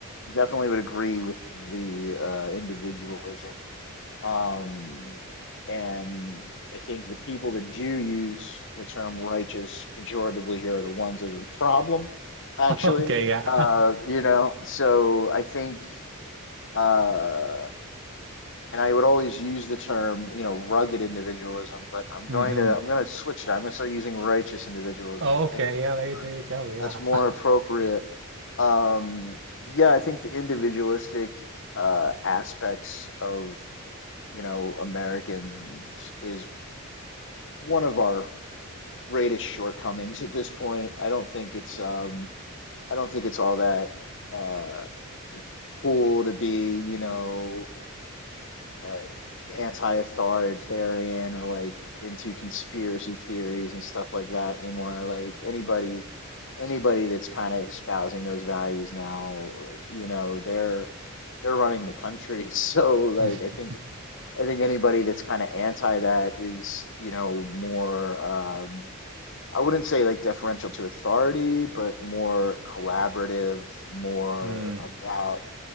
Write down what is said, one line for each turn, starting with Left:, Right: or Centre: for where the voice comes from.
Left: definitely would agree with the uh, individualism Um, and I think the people that do use the term righteous pejoratively here are the ones that are the problem, actually.
Right: Okay, yeah.
Left: Uh, you know, so I think, uh, and I would always use the term, you know, rugged individualism, but I'm going
Right: <laughs> hmm
Left: to I'm going to switch that. I'm going to start using righteous individualism
Right: Okay,
Left: because I think that's
Right: yeah, there,
Left: more,
Right: there you go. Yeah.
Left: that's more appropriate. Um, yeah, I think the individualistic uh, aspects of you know, Americans is one of our greatest shortcomings at this point. I don't think it's um I don't think it's all that uh cool to be, you know, like anti-authoritarian or like into conspiracy theories and stuff like that anymore. Like anybody anybody that's kind of espousing those values now, you know, they're they're running the country. <laughs> So like
Right: <laughs>
Left: I think I think anybody that's kind of anti that is, you know, more, um, I wouldn't say like deferential to authority, but more collaborative, more
Right: Mm,
Left: about